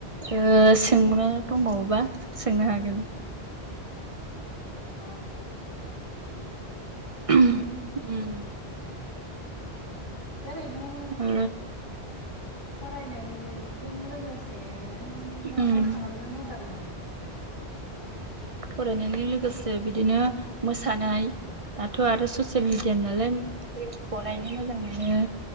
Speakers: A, on the right; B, on the left.
A: ओ सोंनो दंबावोबा सोंनो हागोन
B: ओ
A: <inaudible> ओम
B: ओरैनो
A: ओ
B: फरायनायजों लोगोसेनो नों मा
A: उम
B: मा खालामनो मोजां मोनो?
A: फरायनायजों लोगोसे बिदिनो मोसानाय दाथ' आरो ससियेल मिडिया नालाय रिलस बनायनो
B: औ
A: मोजां मोनो